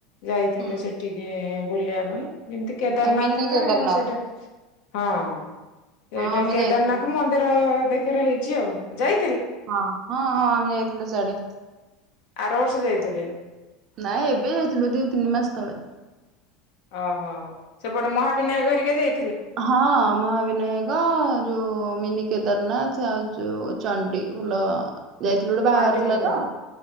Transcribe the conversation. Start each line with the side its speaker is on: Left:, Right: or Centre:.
Left: ଯାଇଥିଲୁ
Right: ହୁଁ
Left: ସେଠିକି। ବୁଲିବା ପାଇଁ। ଏମିତି କେଦାରନାଥ
Right: ଏ ମିନି
Left: ଟା
Right: କେଦାରନାଥ
Left: ସେଇଟା ହଁ ସେଇଟା।
Right: ହଁ ଆମେ
Left: କେଦାରନାଥ
Right: ଯାଇଥିଲୁ।
Left: ମନ୍ଦିର। ଦେଖରେ ହେଇଚି ଆଉ ଯାଇ
Right: ହଁ ହଁ ହଁ ଆମ ଯାଇଥିଲୁ ସାଡେ
Left: ଆର ବର୍ଷ ଯାଇଥିଲି।
Right: ନାଇଁ ଏବେ ଯାଇଥିଲୁ ଦି ତିନି ମାସ ତଳେ
Left: ଓହୋ ସେପଟେ ମହାବିନାୟକ ଘରିକେ ଯାଇ
Right: ହଁ ମହାବିନାୟକ ଯଉ ମିନି କେ କେଦାରନାଥ ଆଉ ଯୋଉ ଚଣ୍ଡୀଖୋଲ। ଯାଇଥିଲୁ ଗୋଟେ ବାହାଘର
Left: ଚଣ୍ଡି
Right: ଥିଲା
Left: ମନ୍ଦିର
Right: ତ-